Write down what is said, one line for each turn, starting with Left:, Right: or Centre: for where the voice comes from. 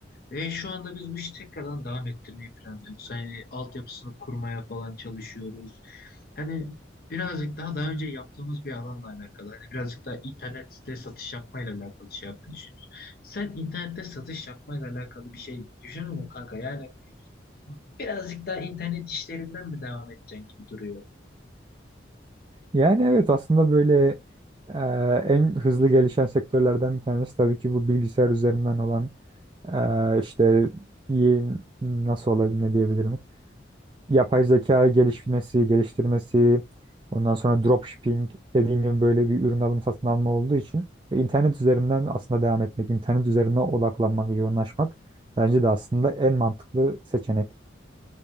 Left: Ve şu anda biz bu işi tekrardan devam ettirmeyi planlıyoruz. Hani altyapısını kurmaya falan çalışıyoruz. Hani birazcık daha daha önce yaptığımız bir alanla alakalı. Hani birazcık daha internette satış yapmayla alakalı şey yapmayı düşünüyoruz. Sen internette satış yapmayla alakalı bir şey düşünüyor musun kanka? Yani birazcık daha internet işlerinden mi devam edeceksin gibi duruyor.
Right: Yani evet aslında böyle e, en hızlı gelişen sektörlerden bir tanesi tabii ki bu bilgisayar üzerinden olan e, işte y- nasıl olabilir ne diyebilirim yapay zeka gelişmesi, geliştirmesi, ondan sonra dropshipping dediğim gibi böyle bir ürün alım satın alma olduğu için ve internet üzerinden aslında devam etmek, internet üzerine odaklanmak, yoğunlaşmak bence de aslında en mantıklı seçenek.